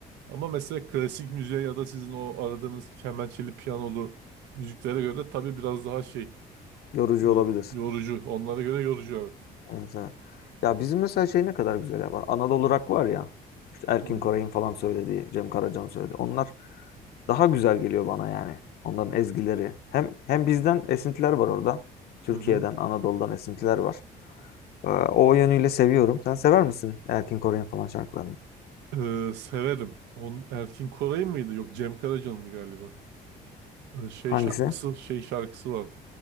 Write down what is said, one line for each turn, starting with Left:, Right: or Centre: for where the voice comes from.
Right: Ama mesela klasik müziğe ya da sizin o aradığınız kemençeli piyanolu müziklere göre tabii biraz daha şey
Left: Yorucu
Right: e,
Left: olabilir.
Right: yorucu. Onlara göre yorucu evet.
Left: Evet, evet. Ya bizim mesela şey ne kadar güzel ya. Anadolu Rock var ya. İşte Erkin
Right: Hmm,
Left: Koray'ın falan söylediği, Cem Karaca'nın söylediği. Onlar daha güzel geliyor bana yani. Onların ezgileri. Hem hem bizden esintiler var orada. Türkiye'den,
Right: Hı hı.
Left: Anadolu'dan esintiler var. Ee, o yönüyle seviyorum. Sen sever misin Erkin Koray'ın falan şarkılarını?
Right: E, severim. On, Erkin Koray'ın mıydı? Yok Cem Karaca'nındı galiba. E, şey
Left: Hangisi?
Right: şarkısı şey şarkısı vardı.